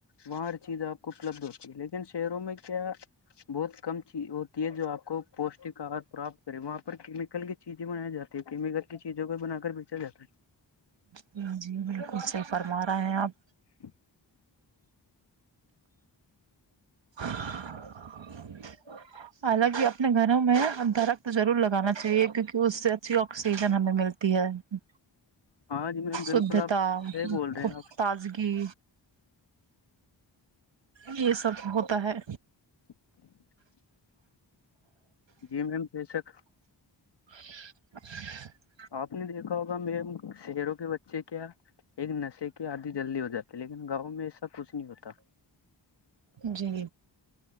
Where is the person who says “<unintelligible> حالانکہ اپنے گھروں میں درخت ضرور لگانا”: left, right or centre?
Right